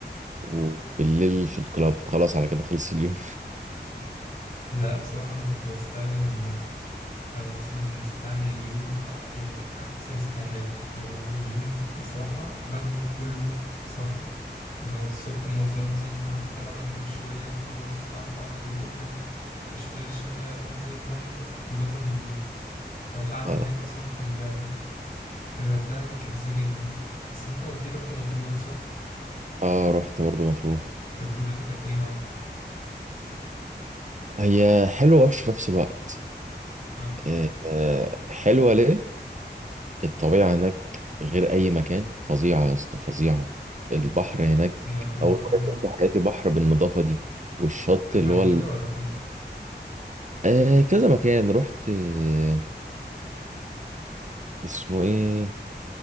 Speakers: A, on the right; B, on the left.
A: وبالليل في الكلاب خلاص على كده خلص اليوم
B: لا بصراحة أنا كنت بستخدم او مثلا استعمل اليوم آه، يعني احسن استعمال او اليوم كنت بصراحه باخده كله صاحي اللي هو الصبح منظم مثلا انا هفطر واقعد على البول شويه اخلص اطلع أقعد في الاوتيل شويه شويه اروح انزل البحر وف- مظبط اليوم فالقعده
A: <laughs> اه
B: هناك اصلا في ال- في الغردقه كانت لذيذه جدا بس انت قلت لي رحت مطروح صح
A: اه رحت برضه مطروح
B: تجربتك كانت ايه معاك
A: هي حلوة ووحشة في نفس الوقت
B: اه
A: آه، آه، حلوة ليه؟ الطبيعة هناك غير أي مكان فظيعة يا اسطى فظيعة البحر هناك
B: في مطروح
A: أول
B: اه
A: مرة شفت في حياتي بحر بالنظافة دي والشط
B: في
A: اللي
B: عجيبه
A: هو ال...
B: ولا فين
A: آه كذا مكان رحت آه اسمه إيه؟